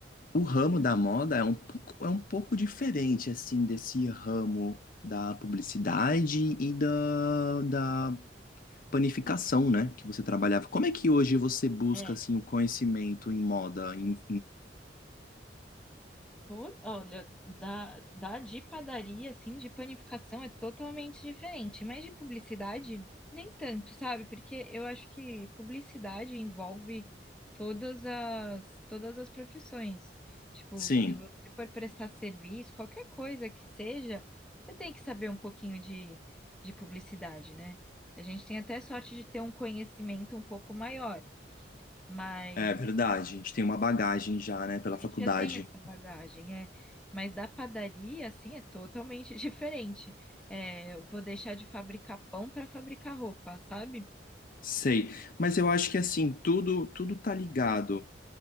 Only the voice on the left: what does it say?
o ramo
da moda é um pouco, é um pouco diferente, assim, desse ramo da publicidade e da, da panificação, né, que você trabalhava. Como é que hoje você busca,
assim, o conhecimento em moda, em,
Sim,
é verdade. A gente tem uma bagagem já, né, pela faculdade.
Sei, mas eu acho que assim, tudo tudo tá ligado.